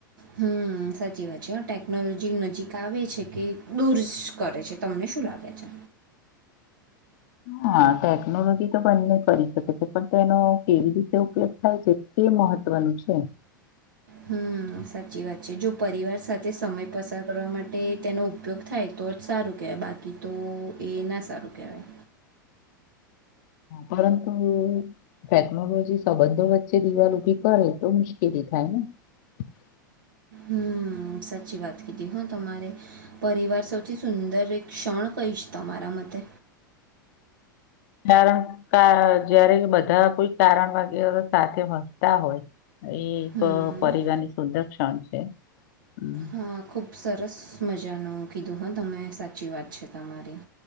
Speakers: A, on the right; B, on the left.
A: હમ સાચી વાત છે, ટેકનોલોજી નજીક આવે છે, કે દૂર કરે છે, તમને. શું લાગે છે.
B: હા ટેકનોલોજી તો બંને કરી શકે છે, પણ તેનો કેવી રીતે ઉપયોગ થાય છે, તે મહત્વનું છે.
A: હમ સાચી વાત છે, જો પરિવાર સાથે સમય પસાર કરવા માટે તેનો ઉપયોગ થાય. તો જ સારું કહેવાય બાકી તો એ ના સારું કહેવાય.
B: <inaudible> પરંતુ ટેકનોલોજી સંબંધો વચ્ચે દિવાલ ઉભી કરે તો મુશ્કેલી થાય. <unintelligible>
A: હમ સાચી વાત કીધી હ તમારે પરિવાર સૌથી સુંદર એક ક્ષણ કહીશ તમારા મતે.
B: <inaudible> <unintelligible> બધા કોઈ કારણ વગેરે સાથે વસતા હોય. એ એક
A: હમ્મ.
B: પરવારની સુંદર ક્ષણ છે. હમ
A: હા ખુબ સરસ મજાનું કીધું હ તમે સાચી વાત છે. તમારી.